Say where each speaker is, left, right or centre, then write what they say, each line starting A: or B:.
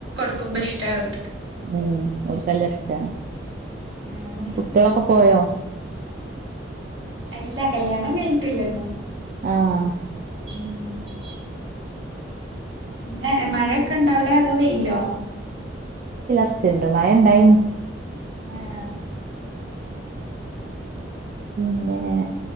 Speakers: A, on the right; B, on the right.
A: ക്കുമ്പ ഇഷ്ടായോൽ
B: ഉംഹ് ഓൽക്കല്ല ഇഷ്ടാണ്.
A: ആഹ്
B: കുട്ട്യേളൊക്കെ പോയോ?
A: അല്ല കല്യാണം കഴിഞ്ട്ട്ല്ലല്ലോ
B: ആഹ്
A: ഉംഹ് പിന്നെ എം മഴെ ക്കണ്ടവ്ടെ അതോ വെയിലോ
B: ച്ച്ണ്ട് മഴണ്ടായിനി
A: ഏഹ്
B: പിന്നേ